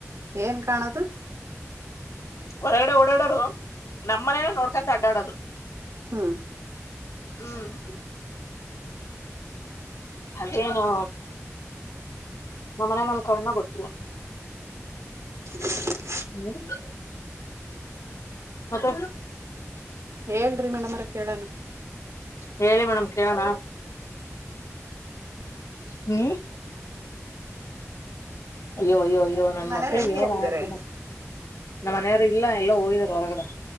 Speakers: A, on the right; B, on the left.
A: ಏನ್ ಕಾಣದು
B: ಹೊರಗಡೆ ಓಡಾಡೋರು ನಮ್ಮನೇನ ನೋಡ್ಕಂತ ಅಡ್ಡಾಡೋದು
A: ಹಾ
B: ಹ್ಮ್ ಅದೇನು ನ ಮನ ಮೇಲ್ ಕರ್ಣ ಗೊತ್ತಿಲ್ಲ
A: <unintelligible>
B: ಹ್ಮ್ ಮತ್ತೆ
A: ಹೇಳ್ರಿ ಮೇಡಮ್ರ ಕೇಳಣ
B: ಹೇಳಿ ಮೇಡಮ್ ಕೇಳೋಣ ಹ್ಮ ಅಯ್ಯಯ್ಯೋ ಅಯ್ಯ
A: ನಿಮ್
B: ನನ್
A: ಮನೆಯವ್ರು
B: ಮಕ್ಳಿಗೆ
A: ಎಲ್ಲಿಗ್
B: ಏನ್
A: ಹೋಗಿದ್ದಾರೆ
B: ಆಯ್ತುನ ನಮ್ಮ ಮನೆಯವರು ಇಲ್ಲ ಎಲ್ಲ ಹೋಗಿದಾರ ಹೊರಗಡೆ